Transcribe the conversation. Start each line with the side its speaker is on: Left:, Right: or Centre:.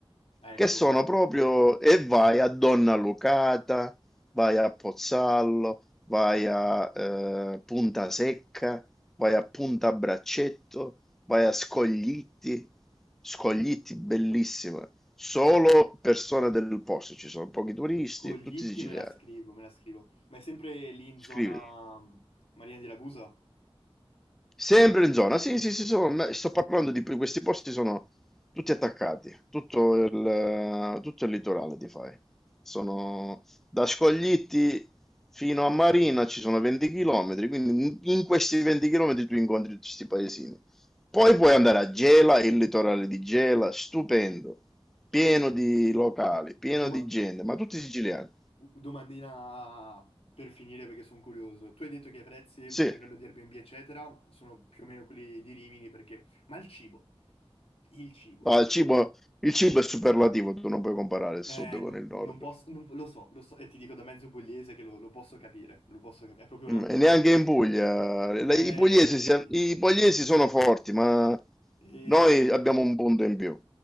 Left: Ecco
Centre: che sono
Left: qua.
Centre: proprio e vai a Donna Lucata, vai a Pozzallo, vai a eh, Punta Secca, vai a Punta Braccetto, vai a Scoglitti, Scoglitti bellissima, solo persone del posto, ci sono pochi turisti,
Left: Coglitti
Centre: tutti siciliani.
Left: me la scrivo, me la scrivo. Ma è sempre lì in
Centre: Scrivi.
Left: zona mm, Marina di Ragusa?
Centre: Sempre in zona, sì, sì, sì, sono- ma sto parlando di questi posti sono tutti attaccati, tutto il, tutto il litorale ti fai. Sono
Left: Wow.
Centre: da Scoglitti fino a Marina ci sono 20 km, quindi in in questi 20 km tu incontri tutti questi paesini. Poi puoi andare a Gela, il litorale di Gela, stupendo,
Left: Che
Centre: pieno
Left: poi
Centre: di locali, pieno
Left: domani.
Centre: di gente, ma tutti siciliani.
Left: Domandina per finire perché sono curioso. Tu hai detto che i prezzi
Centre: Sì,
Left: a livello di Airbnb, eccetera, sono più o meno quelli di Rimini perché... Ma il cibo, il cibo.
Centre: Ah, il cibo, il cibo è superlativo, tu non puoi comparare il
Left: Eh,
Centre: sud con
Left: no-
Centre: il nord.
Left: non posso, non- lo so, lo so, e ti dico da mezzo pugliese che lo, lo posso capire, lo posso capire. È proprio un
Centre: Mm,
Left: altro...
Centre: E neanche in Puglia.
Left: Eh,
Centre: La- I pugliesi, si- i pugliesi sono forti, ma
Left: eh,
Centre: noi abbiamo un punto in più,